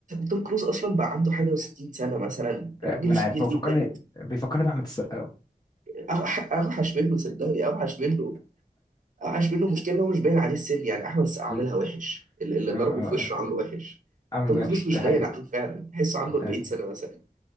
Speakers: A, on the right; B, on the left.
A: توم كروز اصلا بقى عنده حاجه و60 سنه مثلا
B: <laughs>
A: راجل
B: ما انا
A: كبير
B: عارف هو
A: جدا
B: فكرني بيفكرني باحمد السقا <laughs>
A: أوح- اوحش منه صدقني اوحش منه عاش منه مشكلة ان هو مش باين عليه السن يعني احمد السقا عاملها
B: اه
A: وحش اللي اللي
B: اه آه.
A: ضربه في وشه عامله وحش
B: عامل
A: توم
B: وحش
A: كروز مش
B: دي
A: باين
B: حقيقة
A: عليه فعلا تحسه عنده 40
B: آه.
A: سنة مثلا